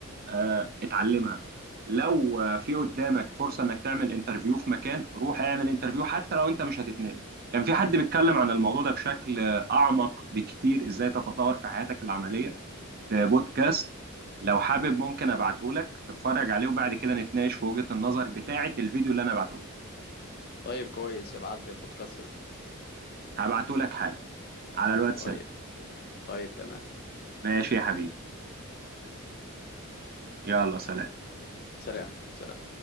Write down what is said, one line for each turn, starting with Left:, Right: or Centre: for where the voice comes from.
Right: آه، اتعلمها لو آه، في قدامك فرصة انك تعمل انترفيو في مكان روح اعمل انترفيو حتى لو انت مش هتتنقل كان في حد بيتكلم عن الموضوع ده بشكل آه، اعمق بكتير ازاي تتطور في حياتك العملية في بودكاست لو حابب ممكن ابعته لك تتفرج عليه وبعد كده نتناقش في وجهة النظر بتاعة الفيديو اللي انا بعته لك
Left: طيب كويس ابعت لي البودكاست ده
Right: هبعته لك حالا على الواتساب
Left: طيب طيب تمام
Right: ماشي يا حبيبي يلا سلام
Left: سلام سلام